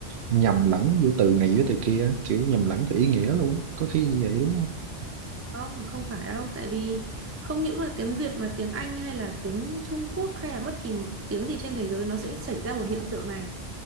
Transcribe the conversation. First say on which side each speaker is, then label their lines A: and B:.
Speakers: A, on the right; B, on the right.
A: nhầm lẫn giữa từ này với từ kia á, kiểu nhầm lẫn về ý nghĩa luôn á. có khi như vậy đúng không
B: không không phải đâu tại vì không những là tiếng Việt mà tiếng Anh hay là tiếng Trung Quốc hay là bất kỳ một tiếng gì trên thế giới nó sẽ xảy ra một hiện tượng này